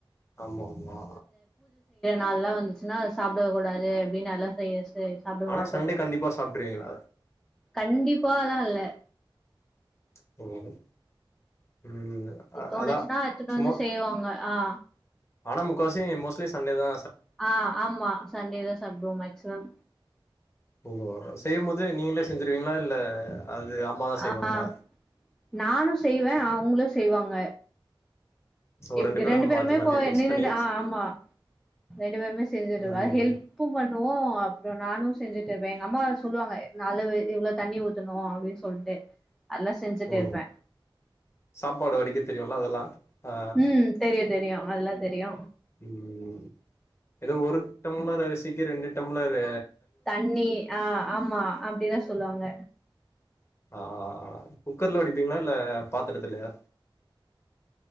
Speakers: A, on the left; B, in the centre.
A: ஆமா ஆமா
B: நாள்லா வந்துச்சின்னா சாப்பிட கூடாது அப்பிடின் நலா செய்ய சொ து சாப்பிட
A: ஆனா
B: மாட்டோ
A: சண்டே கண்டிப்பா சாப்ட்ருவீங்களா
B: கண்டிப்பாலா இல்ல
A: <inaudible>
B: இ தோணுச்சுன்னா
A: அதா
B: எடுத்துட்டு
A: சும்மா
B: வந்து செய்வாங்க ஆ
A: ஆனா முக்காசி மோஸ்ட்லி சண்டேதா
B: ஆ ஆமா சண்டேதா சாப்பிடுவோ மேக்சிமம்
A: ஓ செய்யும்போது நீங்களே செஞ்சிருவீங்களா இல்ல அது அம்மாதா செய்வாங்களா
B: ஆ நானு செய்வே அவங்களு செய்வாங்க
A: ஒரு
B: ப்
A: பேரு
B: ரெண்டு பேருமே
A: மாத்தி மாத்தி
B: போ
A: மிக்ஸ்
B: நின்னுட்
A: பண்ணி
B: ஆ ஆமா ரெண்டு பேருமே செஞ்சுட்டு
A: ம்
B: ஹெல்ப்பு பண் னுவோ அப்புறோ நானு செஞ்சுட்டு இருப்பே எங்க அம்மா சொல்லுவாங்க நளவு இவ்ளோ தண்ணி ஊத்தனு அப்பிடின் சொல்ட்டு அதெல்லா செஞ்சுட்டு
A: ஓ
B: இருப்பே
A: சாப்பாடு வடிக்க தெரியு அதெல்லா ஆ
B: ம் தெரியு தெரியு அதெல்லா தெரியு
A: ம் ஏதோ ஒரு டம்ளர் அரிசிக்கு ரெண்டு டம்ளரு
B: தண்ணி ஆ ஆமா அப்பிடிதா சொல்லுவாங்க
A: ஆ குக்கர்ல வடிப்பீங்களா இல்ல பாத்திரதுல்லயா